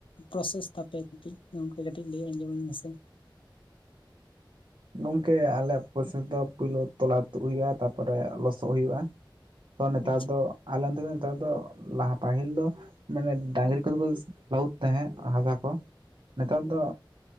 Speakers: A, on the left (about 85°); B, on the right (about 65°).
A: ᱯᱨᱚᱥᱮᱥ ᱛᱟᱯᱮ ᱠᱟᱹᱴᱤᱡ ᱜᱚᱝᱠᱮ ᱠᱟᱹᱴᱤᱡ ᱞᱟᱹᱭ ᱟᱸᱡᱚᱢᱟᱹᱧ ᱢᱮᱥᱮ?
B: ᱜᱚᱝᱠᱮ ᱟᱞᱮᱭᱟᱜ ᱯᱚᱨᱥᱮᱥ ᱫᱚ ᱯᱩᱭᱞᱩ ᱛᱚᱞᱟ ᱛᱩᱜ ᱦᱩᱭᱩᱜᱼᱟ, ᱛᱟᱯᱚᱨᱮ ᱞᱚᱥᱚᱜ ᱦᱩᱭᱩᱜᱼᱟ, ᱛᱚ ᱱᱮᱛᱟᱨ
A: ᱟᱪᱪᱷᱟ
B: ᱫᱚ ᱟᱞᱮ ᱚᱱᱛᱮ ᱫᱚ ᱱᱮᱛᱟᱨ ᱫᱚ ᱞᱟᱦᱟ ᱯᱟᱹᱦᱤᱞ ᱫᱚ ᱢᱟᱱᱮ ᱰᱟᱝᱨᱤ ᱠᱚᱫᱚ ᱠᱚ ᱞᱟᱹᱣᱩᱫ ᱛᱟᱦᱮᱸᱜ ᱦᱟᱥᱟ ᱠᱚ, ᱱᱮᱛᱟᱨ ᱫᱚ